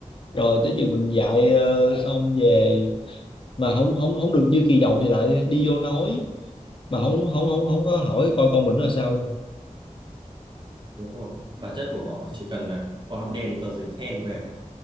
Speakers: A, on the left; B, on the right.
A: rồi tới chừng mình dạy ờ, xong về mà không không không được như kỳ vọng thì lại đi vô nói mà không không không không có hỏi coi con mình nó là sao luôn
B: đúng rồi bản chất của họ chỉ cần là con họ đem một tờ giấy khen về ấy.